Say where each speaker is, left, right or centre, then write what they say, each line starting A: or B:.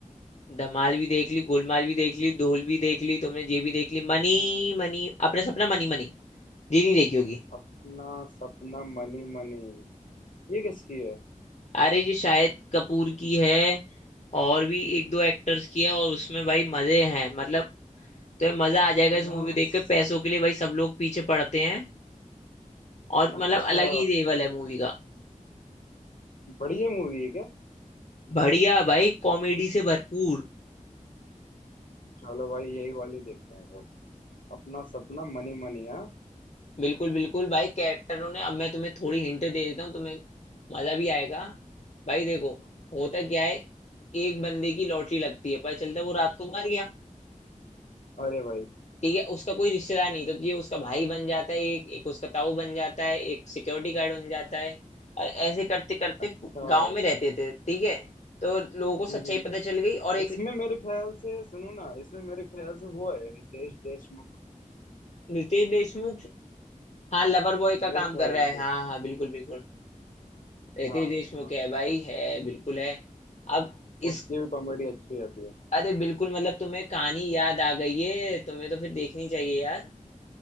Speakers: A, on the left (about 55°); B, on the left (about 70°).
A: धमाल भी देख ली गोलमाल भी देख ली ढोल भी देख ली तुमने ये भी देख ली मनी
B: हम्म,
A: मनी अपना सपना मनी मनी ये नहीं देखी होगी
B: अपना सपना मनी मनी ये किसकी है
A: अरे ये शाहिद कपूर की है और भी एक दो एक्टर्स की है और उसमें भाई मजे हैं मतलब तो मजा आ
B: अपना
A: जाएगा इस मूवी देख
B: स-
A: के पैसों के लिए भाई सब लोग पीछे पड़ते हैं और मतलब
B: अच्छा
A: अलग ही लेवल है मूवी का
B: बढ़िया मूवी है क्या
A: बढ़िया भाई कॉमेडी से भरपूर
B: चलो भाई यही वाली देखते हैं फिर अपना सपना मनी मनी हाँ
A: बिल्कुल बिल्कुल भाई कैरेक्टरों ने अब मैं तुम्हें थोड़ी हिंट दे देता हूँ तुम्हें मजा भी आएगा भाई देखो
B: हाँ,
A: होता क्या है एक बंदे की लॉटरी लगती है पता चलता है वो रात को मर गया
B: अरे भाई
A: ठीक है उसका कोई रिश्तेदार नहीं तो ये उसका भाई बन जाता है एक एक उसका ताऊ बन जाता है एक सिक्योरिटी गार्ड बन जाता है और ऐसे करते करते
B: अच्छा हम्म,
A: गांव में रहते थे ठीक है तो लोगों को
B: हम्म।
A: सच्चाई पता चल गई और एक
B: इसमें मेरे ख्याल से सुनो ना इसमें मेरे ख्याल से वो है रितेश देशमुख
A: रितेश देशमुख हाँ लवर बॉय
B: मेरे
A: का काम
B: ख्याल
A: कर रहा है
B: से
A: हाँ हाँ बिल्कुल बिल्कुल रितेश
B: हाँ
A: देशमुख
B: हाँ,
A: है भाई है बिल्कुल है अब
B: उसकी
A: इस
B: भी कॉमेडी अच्छी रहती है
A: अरे बिल्कुल मतलब तुम्हें कहानी याद आ गई है तुम्हें तो फिर देखनी चाहिए यार